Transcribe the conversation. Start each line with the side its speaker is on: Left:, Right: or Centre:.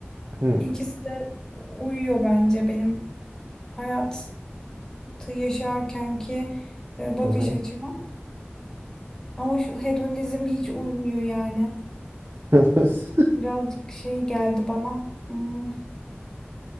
Right: Hı,
Left: İkisi de uyuyor bence benim hayatı yaşarkenki e, bakış
Right: hı hı.
Left: açıma. Ama şu hedonizm hiç uymuyor yani.
Right: <laughs>
Left: Birazcık şey geldi bana. Hmm,